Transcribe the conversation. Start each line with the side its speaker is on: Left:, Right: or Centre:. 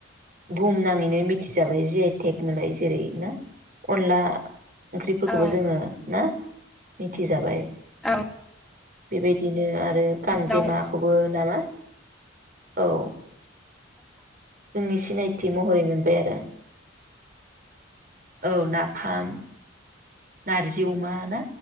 Right: बुहुम नाङैनो मिथिजाबाय जि आइटेक होनलाय जेरै ना अनला ओंख्रिफोरखौबो
Centre: औ
Right: जोङो ना? मिथिजाबाय
Centre: औ
Right: बेबायदि दिनो आरो गांजेमाखौबो
Centre: दाउ
Right: नामा? औ। जोंनि सिनायथि महरै मोनबाय आरो। औ नाफाम। नारजि अमा ना